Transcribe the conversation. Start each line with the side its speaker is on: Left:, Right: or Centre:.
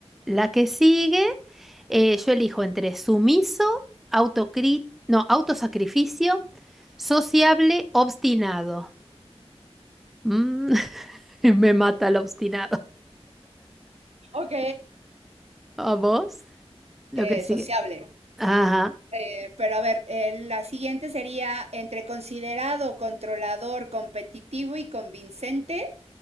Centre: la que sigue, eh, yo elijo entre sumiso, autocri- no, autosacrificio, sociable, obstinado. Mm, <laughs> me mata el obstinado.
Right: Ok.
Centre: ¿A vos? Lo
Right: eh,
Centre: que sigue.
Right: sociable.
Centre: Ajá,
Right: Eh, pero a ver, eh, la siguiente sería entre considerado, controlador, competitivo y convincente,